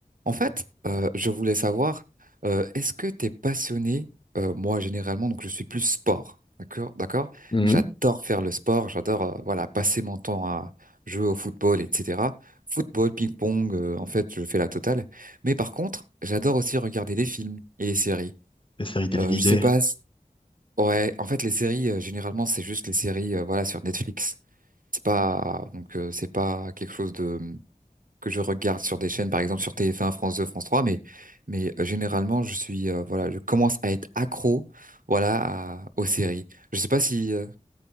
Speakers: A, on the right; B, on the left.
A: En fait, euh, je voulais savoir, euh, est-ce que tu es passionné, euh, moi généralement, donc je suis plus sport, d'accord, d'accord?
B: Mhm.
A: J'adore faire le sport, j'adore euh, voilà passer mon temps à jouer au football, etc. Football, ping-pong, euh, en fait, je fais la totale. Mais par contre, j'adore aussi regarder des films et des séries.
B: les séries télévisées.
A: Euh, je sais pas, si- ouais, en fait, les séries, euh, généralement, c'est juste les séries, euh, voilà, sur Netflix. C'est pas, donc, euh, c'est pas quelque chose de que je regarde sur des chaînes, par exemple sur TF1, France 2, France 3, mais mais euh, généralement je suis euh, voilà, je commence à être accro voilà à- aux séries. Je sais pas si euh,